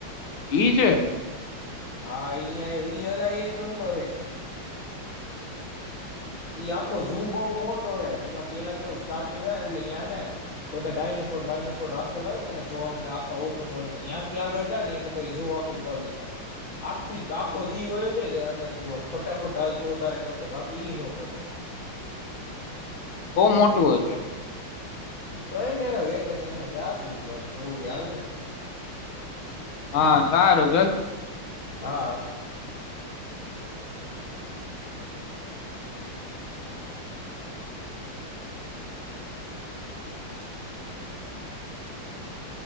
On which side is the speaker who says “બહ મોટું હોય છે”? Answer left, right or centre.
Left